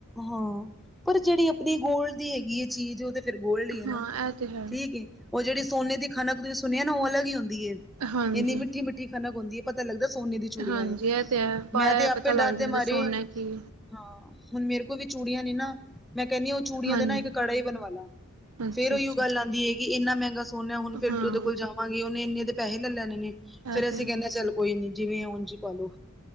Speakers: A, in the centre; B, on the right.
A: ਹਾਂ, ਪਰ ਜਿਹੜੀ ਆਪਣੀ ਗੋਲਡ ਦੀ ਹੈਗੀ ਐ ਚੀਜ਼ ਓ ਤੇ ਫਿਰ ਗੋਲਡ ਹੀ ਹੈ
B: ਹਾਂ
A: ਨਾ,
B: ਇਹ ਤੇ ਹੈ
A: ਠੀਕ ਏ। ਉਹ ਜਿਹੜੀ ਸੋਨੇ ਦੀ ਖਣਕ ਤੁਸੀਂ ਸੁਣਿਆ ਨਾ ਓ ਅਲਗ ਹੀ ਹੁੰਦੀ ਏ।
B: ਹਾਂਜੀ
A: ਇੰਨੀ ਮਿੱਠੀ -ਮਿੱਠੀ ਖਣਕ ਹੁੰਦੀ ਏ। ਪਤਾ ਲੱਗਦਾ ਸੋਨੇ ਦੀ ਚੂੜੀਆਂ
B: ਹਾਂਜੀ
A: ਨੇ।
B: ਇਹ ਤੇ ਹੈ ਪਾਇਆ
A: ਮੈਂ ਤੇ ਆਪੇ
B: ਪਤਾ
A: ਡਰ
B: ਲੱਗ
A: ਦੇ
B: ਜਾਂਦਾ
A: ਮਾਰੇ
B: ਸੋਨਾ ਕੀ
A: ਹਾਂ, ਹੁਨ ਮੇਰੇ ਕੋਲ ਵੀ ਚੂੜੀਆਂ ਨੀ ਨਾ ਮੈਂ ਕਹਿੰਨੀ ਚੂੜੀਆਂ
B: ਹਾਂਜੀ
A: ਦੇ ਨਾ ਇੱਕ ਕੜਾ ਹੀ ਬਣਵਾ ਲਾ।
B: ਅੱਛਾ
A: ਫੇਰ ਉਹੀਓ
B: ਅੱਛਾ
A: ਗੱਲ ਆਉਂਦੀ ਹੈ। ਕਿ ਇੰਨਾ ਮਹਿੰਗਾ ਹੁਨ ਐ, ਹੁਨ ਫੇਰ
B: ਹਾਂ
A: ਉਹਦੇ ਕੋਲ ਜਾਵਾਂਗੀ, ਓਨੇ ਏਨੇ ਪੈਹੇ ਲੈ ਲੈਣੇ ਨੇ
B: ਇਹ
A: ਫੇਰ
B: ਤੇ
A: ਅਸੀਂ ਕਹਿੰਨੇ
B: ਹੈ
A: ਚੱਲ ਕੋਈ ਨੀ, ਜਿਵੇਂ ਐ ਓਂਝ ਈ ਪਾ ਲੋ।